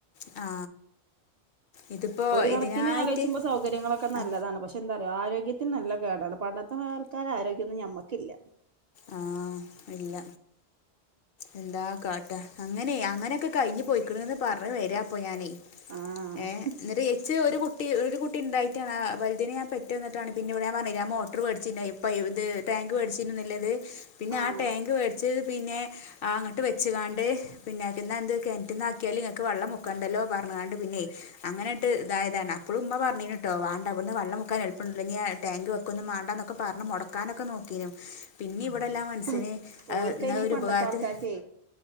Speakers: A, on the left; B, on the right.
A: ആ ഇതിപ്പോൾ
B: ഒരു കണക്കിന്
A: ഇതിനായിട്ട്
B: ആലോചിച്ചുമ്പോ സൗകര്യങ്ങളൊക്കെ നല്ലതാണ്
A: ആ
B: പക്ഷെ എന്താ ആരോഗ്യത്തിന് നല്ല കേടാണ് പണ്ടത്തെ ആൾക്കാരെ ആരോഗ്യമൊന്നും ഞമ്മക്കില്ല
A: ആ ഇല്ല എന്താ കാട്ടാ അങ്ങനെ അങ്ങനെയൊക്കെ കഴിഞ്ഞ് പോയിക്കണന്ന് പറ അങ്ങനെ വരാ ഞാന്
B: ആഹ്
A: എന്നട്ട് ഇച്ച് കു ട്ടിണ്ടായിട്ടാണ് ആ വലുതിനെ ഞാൻ പെറ്റ് വന്നിട്ടാണ് പിന്നെ ഇവിടെ ഞാൻ പറഞ്ഞില്ല മോട്ടർ മേടിച്ചെനു ഇപ്പോ ഇത് ടാങ്ക് മേടിച്ചിനു പിന്നെ
B: ആഹ്
A: ആ ടാങ്ക് മേടിച്ച് പിന്നെ അങ്ങോട്ട് വെച്ചുകാണ്ട് പിന്നേക്കന്ന എന്ത് കിണറ്റിൽന്ന ആക്കിയാലും നിങ്ങൾക്ക് വെള്ളം മുക്കണ്ടല്ലോ പറഞ്ഞു ണ്ട് പിന്നെ അങ്ങനെട്ട് ഇതായതാണ് അപ്പോഴും ഉമ്മ പറീന് കേട്ടോ വാണ്ട ഇവിടുന്ന് വെള്ളം മുക്കാൻ എളുപ്പം ഉണ്ടല്ലോ ടാങ്ക് വെക്കുന്നു വേണ്ടന്നൊക്കെ പറഞ്ഞ് മുടക്കാനൊക്കെ നോക്കീനു പിന്നെ ഇവിടെല്ലാം
B: ആഹ്
A: മനുസ്യന്
B: ഓൽക്ക്
A: ഏഹ് ന്നാ
B: അയ്ന്
A: ഒരു
B: ഈ പണ്ടത്തെ
A: ഉപകാരത്തിന്
B: ആൾക്കാർക്കെ